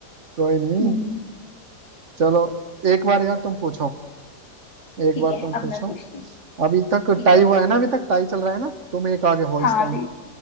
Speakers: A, on the right; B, on the left.
A: कोई नहीं
B: हम्म,
A: चलो एक बार यार तुम पूछो एक
B: ठीक
A: बार
B: है
A: तुम
B: अब
A: पूछो
B: मैं पूछती हूँ
A: अभी तक
B: ठीक
A: टाई
B: है
A: हुआ है ना अभी तक टाई चल रहा है ना तुम एक आगे हो इस
B: हाँ
A: टाइम
B: अभी